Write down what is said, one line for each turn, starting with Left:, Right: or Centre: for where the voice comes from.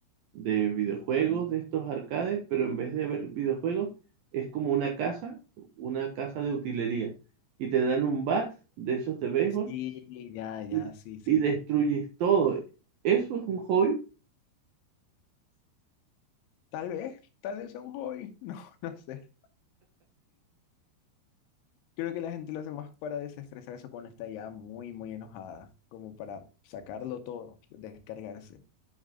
Right: de videojuegos, de estos arcades, pero en vez de haber videojuegos, es como una casa, una casa de utilería. Y te dan un bat de esos de béisbol
Left: Sí, ya, ya,
Right: y,
Left: sí, sí.
Right: y destruyes todo. Eso es un hobby.
Left: Tal vez, tal vez sea un hobby, <laughs> no, no sé. Creo que la gente lo hace más para desestresarse cuando está ya muy, muy enojada, como para sacarlo todo, descargarse.